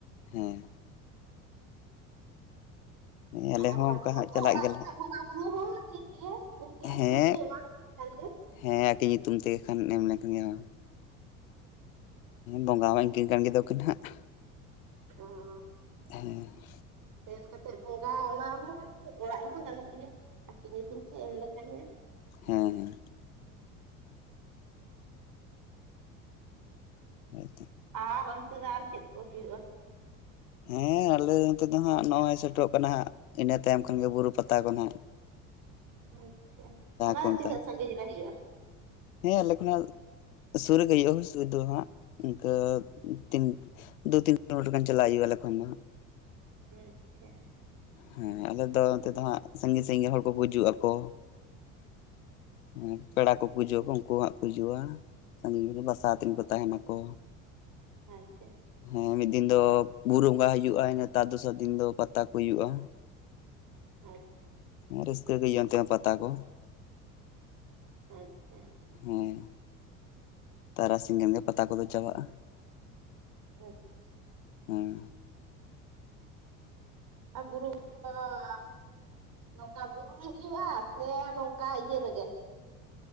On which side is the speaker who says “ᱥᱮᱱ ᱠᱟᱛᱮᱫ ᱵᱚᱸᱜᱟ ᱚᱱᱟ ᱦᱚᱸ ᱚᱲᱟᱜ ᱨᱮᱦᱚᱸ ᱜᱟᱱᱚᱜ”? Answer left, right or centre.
Right